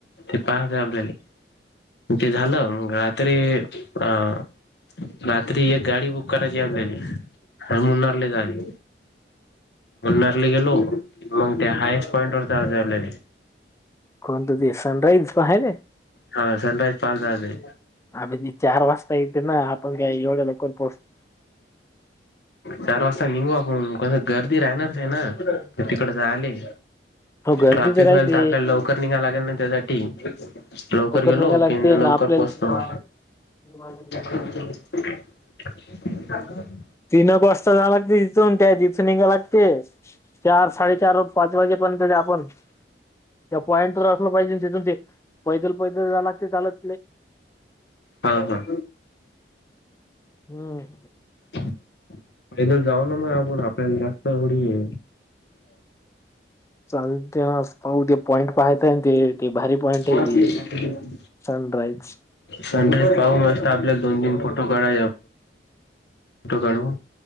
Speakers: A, on the left (about 70°); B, on the left (about 15°).
A: ते पाहत आपल्याला ते झालं म <unintelligible> रात्री एक गाडी बुक करायची आपल्याने आणि मुन्नारले जाले. मुनारली गेलो मग ते हयस्ट पॉंट वर जाजलेली.
B: कोणत ते सनराईज प आहेय ना.
A: हा सण्रात पाल झाे
B: आभ ज चार वाजता येते ना आपण काय एवढ्या लककर पोहोचतो.
A: चार वाजता निघू आपण कोण गर्दी राहणारच आहे ना तर तिकड झाले.
B: हो गर्दी
A: ट्राफिक
B: राहते
A: होईल तर आपल्याला लवकर निघाला लागेल ना त्यासाठी लवकर गेलो
B: निघाय लागते
A: कि लवकर
B: ना आपल्याला
A: पोहच हो.
B: <inaudible>
A: <unintelligible>
B: तीनक वाजता झा लागते तिथून त्या तिथून गेलागते. चार साडेचार पाच वाजेपर्यंत ते आपण त्या पॉईंट तर असलं पाहिजे तिथून ते पैदल पैदल लाग ते चालत
A: हा हा
B: हम्म
A: पहिदल जाऊ ना म आपण आपल्याला जास्त एडी ये
B: चाले ते हो ते पॉंट पाहायथ ते भारी पॉंट
A: आहे
B: हती सनरईज
A: सनराईज पाहू मस्त आपल्याला दोन तीन फोटो काढा फोटो काढव